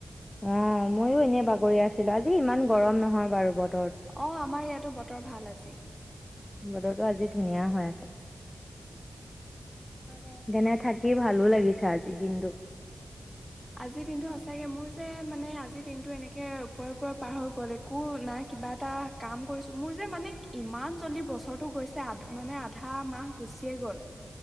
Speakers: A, on the left; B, in the centre.
A: অ', ময়ো এনে বাগৰি আছিলো আজি ইমান গৰম নহয় বাৰু বত
B: অ', আমাৰ ইয়াত টো বতৰ ভাল আজি।
A: বতৰটো আজি ধুনীয়া হৈ আছে।
B: হয় বাৰু কথাটো।
A: যেনে থাকি ভালো লাগিছে আজ <unintelligible>
B: আজিৰ দিনটো সঁচাকে মোৰ যে, মানে আজিৰ দিনটো এনেকে ওপৰে, ওপৰে পাৰ হৈ গ'ল একো নাই কিবা এটা কাম কৰিছো মোৰ যে, মানে ইমান জল্দি বছৰটো গৈছে আ, মানে আধা মাহ গুচিয়ে গ'ল।